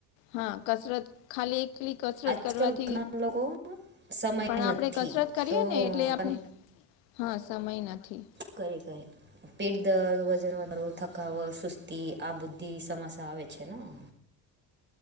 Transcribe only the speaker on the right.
આજકાલ
ઘણા લોકો સમય
નથી
તો
પણ
કરે કઈ પેટ દર્દ વજન વધારો થકાવટ સુસ્તી આ બુધી સમસ્યા આવે છે ના.